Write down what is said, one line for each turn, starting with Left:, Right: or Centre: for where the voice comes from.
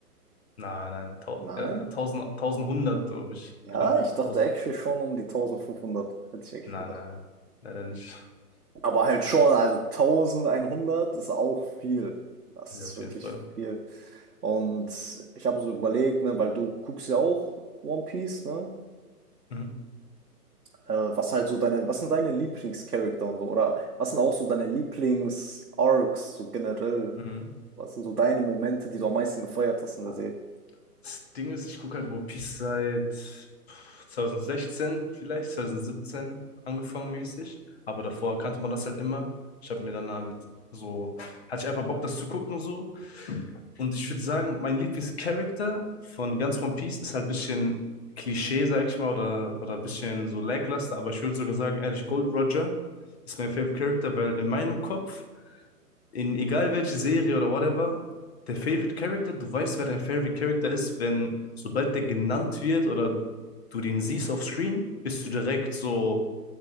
Left: Nein, nein. Tau
Right: Nein?
Left: ja, 1000, 1100, glaube ich.
Right: Ja,
Left: Knapp.
Right: ich dachte
Left: tausend
Right: actually schon um die 1500. Hätte ich eigentlich
Left: Nein,
Right: gedacht.
Left: nein. Leider nicht. <laughs>
Right: Aber halt schon, also 1100 ist auch viel. Das
Left: Ja, auf
Right: ist wirklich
Left: jeden Fall.
Right: viel. Und ich habe so überlegt, ne, weil du guckst ja auch One Piece, ne?
Left: Mhm.
Right: Äh, was halt so deine, was sind deine Lieblingscharakter und so? Oder was sind auch so deine Lieblings-Arcs, so generell?
Left: Mhm.
Right: Was sind so deine Momente, die du am meisten gefeiert hast in
Left: Boah.
Right: der Serie?
Left: Das Ding ist, ich gucke halt One Piece seit pff, 2016 vielleicht, 2017 angefangen mäßig. Aber davor kannte man das halt immer. Ich habe mir dann halt so, hatte ich einfach Bock, das zu gucken so. Und ich würde sagen, mein Lieblingscharakter von ganz One Piece ist halt ein bisschen Klischee, sag ich mal, oder, oder ein bisschen so lackluster, aber ich würde sogar sagen, ehrlich, Gold Roger ist mein Favorite Character, weil in meinem Kopf, in egal welche Serie oder whatever, der Favorite Character, du weißt, wer dein Favorite Character ist, wenn sobald der genannt wird oder du den siehst auf Screen, bist du direkt so